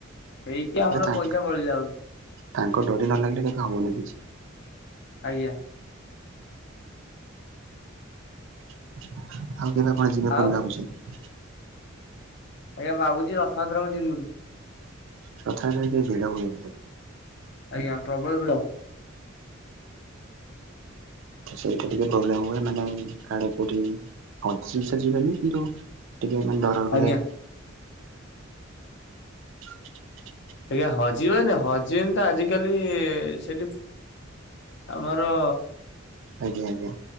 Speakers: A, on the left (about 60°); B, on the right (about 65°).
A: ହେଇକି ଆମର
B: ଆରେ ତାଙ୍କ
A: ପଇସା ବଳିଲାନି।
B: ତାଙ୍କ ଡୋରି ନ ଲାଗିଲେ ହବନି କିଛି।
A: ଆଜ୍ଞା।
B: ଆଉ କେବେ ଆପଣ ଯିବେ
A: ଆଉ
B: ପୁରୁଣା ଅଫିସ୍ କି।
A: ଆଜ୍ଞା ଭାବୁଛି ରଥଯାତ୍ରା କୁ ଯିବି ବୋଲି।
B: ରଥ ଯାତ୍ରା ରେ ଟିକେ ଭିଡ଼ ହୁଏ।
A: ଆଜ୍ଞା ପ୍ରବଳ ଭିଡ଼।
B: ସେଇଟା ଟିକେ ପ୍ରୋବେଲ୍ମ ହୁଏ। ମାନେ କାଳେ କୋଉଁଠି <unintelligible> ଯିବେନି କିନ୍ତୁ ଟିକେ ମାନେ ଡର
A: ଆଜ୍ଞା।
B: ହୁଏ। <inaudible>
A: ଆଜ୍ଞା ହଜିବନି ହଜିବେନି ତ ଆଜିକାଲି ସେଠି ଆମର
B: ଆଜ୍ଞା ଆଜ୍ଞା।